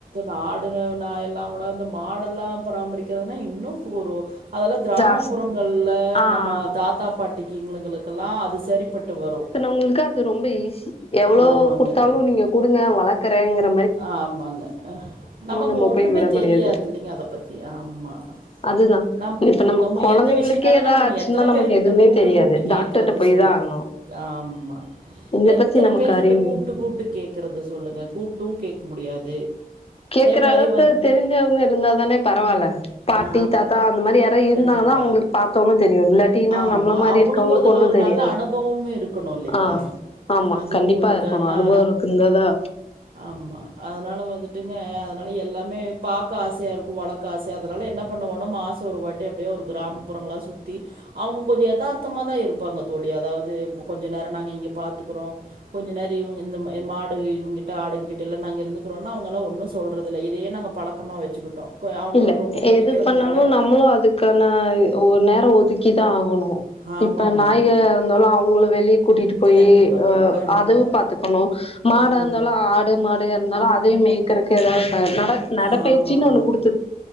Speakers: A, on the right; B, on the left.
A: நாடு நான் எல்லாம் கூட அந்த மாடெல்லாம் பராமரிக்கிறதுன்னா இன்னும் ஒரு அதால் கிராமப்புறங்களில்
B: ஜாஸ்தி. ஆ
A: நம்ம தாத்தா பாட்டிக்குிங்கங்களுக்கெல்லாம் அது சரிப்பட்டு வரும்
B: உங்களுக்கு அது ரொம்ப ஈஸி எவ்வளவு
A: ஆமாங்க.
B: கொடுத்தாலும் நீங்க கொடுங்க வளர்க்கறேங்கற
A: ஆமாங்க நமக்கு
B: நம்ம
A: ஒண்ணுமே
B: போய் விட முடியாது
A: தெரியாது இல்லைங்க அத பத்தி ஆமா
B: அதுதா
A: நம்
B: இப்ப
A: நம்ம
B: கொழந்தைங்களுக்கே
A: எந்த விஷயனாலும்
B: எதா
A: நம்ம
B: ஆச்சுன்னா
A: எத்தனை
B: நமக்கு
A: பேரு கிட்ட
B: எதுவுமே
A: கூப்பிட்டு
B: தெரியாது
A: கூப்பிட்டு கேக்குறது
B: டாக்டர்ட்ட போய்
A: சொல்லுங்க
B: தா ஆகணு
A: ஆமா
B: இத
A: எத்தனை
B: பத்தி நமக்கு
A: பேரு கிட்ட
B: அறிவு
A: கூப்பிட்டு கூப்பிட்டு கேக்குறது சொல்லுங்க கூப்பிட்டு டூ கேக் முடியாது
B: கேக்குற
A: மாதிரி
B: அளவுக்கு
A: வந்து
B: தெரிஞ்சவங்க இருந்தாதானே பரவாயில்ல பாட்டி
A: ஆ
B: தாத்தா அந்த மாதிரி யாரா இருந்தால
A: கண்டிப்பாக
B: தான் அவங்களுக்கு பார்த்தோனும் தெரியும் இல்லாட்டனா
A: ஆமாம்
B: நம்மள மாதிரி
A: அவங்களுக்கும்
B: இருக்கவங்களுக்கு
A: அதில்
B: ஒண்ணும்
A: ஒரு
B: தெரியாது
A: நல்ல அனுபவமும் இருக்கணும் இல்லைங்களா
B: ஆஹ் ஆமா
A: அதுவும்
B: கண்டிப்பா
A: இருக்கான்னா
B: இருக்கணும் அனுபவம் இருக்குங்கதா
A: ஆமா. அதனால வந்துட்டுங்க, அதனால எல்லாமே பார்க்க ஆசையா இருக்கும் வழக்க ஆசை ச அதனால் என்ன பண்ணுவோனால் மாதம் ஒரு வாட்டி அப்படியே ஒரு கிராமப்புறங்களாம் சுற்றி அவங்க கொஞ்சம் தார்த்தமாக தான் இருப்பாங்க தோழி அதாவது இோ கொஞ்சம் நேரம் நாங்கள் இங்கே பார்த்துக்குறோம் கொஞ்சம் நேரம் இந்த மாடுங்கிட்ட ஆடுங்க்கிட்ட எல்லாம் நாங்கள் இருந்துக்கிறோன்னா அவங்களலாம் ஒன்றும் சொல்கிறதில்லை இதையே நாங்கள் பழக்கமாக வச்சுக்கிட்டோம் அவங்களுக்கு
B: இல்ல
A: ரொம்ப பிடிக்கிறதுனால
B: எது பண்ணாலும் நம்மளும் அதுக்கான ஒரு நேரம் ஒதுக்கிதான் ஆகும்
A: ஆமாமாங்க.
B: <inaudible> இப்ப நாயகர் இருந்தாலும் அவங்களுக்கு வெ கூட்டிட்டு போய்
A: கண்டிப்பாங்க.
B: அஹ்
A: கண்டிப்பா.
B: அவும் பாாரத்துக்கணும் மாடா
A: ம்.
B: இருந்தாலும் ஆடு மாடு இருந்தாலும் அதே மேய்கறக்கு ஏதாவது நடை
A: ஆமா
B: பயிற்சின்னு
A: ஆமாங்
B: ஒண்ணு கொடுத்து